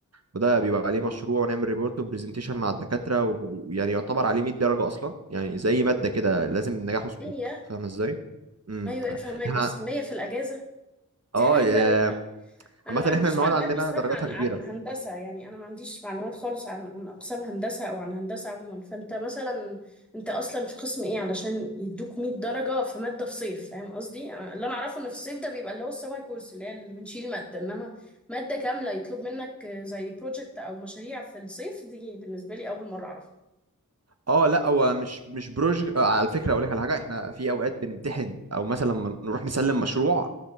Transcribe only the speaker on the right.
وده بيبقى عليه مشروع ونعمل ريبورت وبرزنتيشن مع الدكاترة و- ويعني يعتبر عليه 100 درجة أصلا يعني زي مادة كده لازم نجاح وسقوط
فاهم ازاي؟ امم
احنا
اه
يا-
عامة
احنا المواد
عندنا
درجاتها
كبيرة
اه لا هو مش مش بروج آه، على فكرة اقول لك على حاجة احنا في اوقات بنمتحن او مثلا لما نروح نسلم مشروع